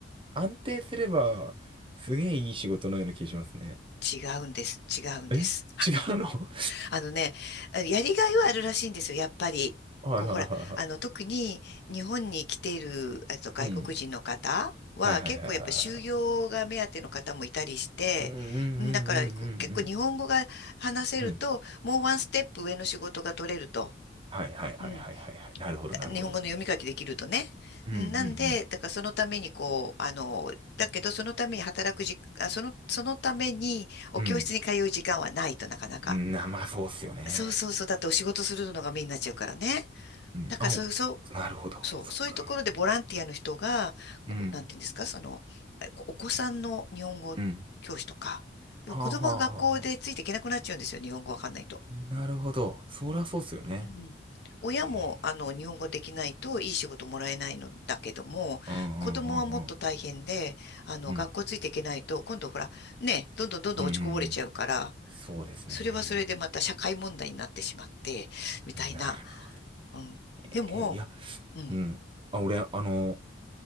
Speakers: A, on the right (about 30°); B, on the left (about 65°).
A: 安定すれば、すげえいい仕事のような気がしますね。
B: 違うんです、違うんです。
A: え違うの <laughs>
B: あのね、やりがいはあるらしいんですよ、やっぱり。
A: はいはいはいは
B: こう、ほら、あの、特に日本に来ている、えっと、外国人の方は、
A: い。うん。はいはいはいはいはい。
B: 結構やっぱ就業が目当ての方もいたりして、
A: うんうんうんうんうん
B: うんだからこう結構日本語が話せると、
A: うん。うん。
B: もうワンステップ上の仕事が取れると。
A: はいはいはいはいはいはい。
B: うん、
A: なるほどなるほど。
B: だ日本語の読み書きできるとね。
A: うんうん
B: うんなんで、だからそのためにこう、あの、だけどそのために働くじ、あ、その、そのためにお教室に通う時間はないとなかなか。
A: うん。うん。な、まあそうっすよね。
B: そうそうそう。だってお仕事するのがメインになっちゃうからね。
A: うん。
B: だからそういう、
A: あ、お
B: そ
A: なるほど。
B: う、そう、
A: そっか。
B: そういうところでボランティアの人が、
A: うん。
B: こう、なんていうんですか、その、えこお子さんの日本語教師とか、
A: うん。
B: 要は子供が学校でついていけなくなっちゃうんですよ、
A: はあはあはあは
B: 日本語わかんないと。
A: あ。なるほど。そりゃそうっすよね。
B: うん。親も、
A: へえ。
B: あの、日本語できないといい仕事もらえないのだけども、
A: うんうんうんうん。
B: 子供はもっと大変で、あの、
A: うん。
B: 学校ついていけないと、今度ほら、ね、どんどんどんどん落ちこぼれちゃうから、
A: うん。そうですね。
B: それはそれでまた社会問題になってしまって、みたいな。
A: なるほど。
B: うん。でも、
A: え、いや、
B: うん。
A: うん。あ、俺、あの、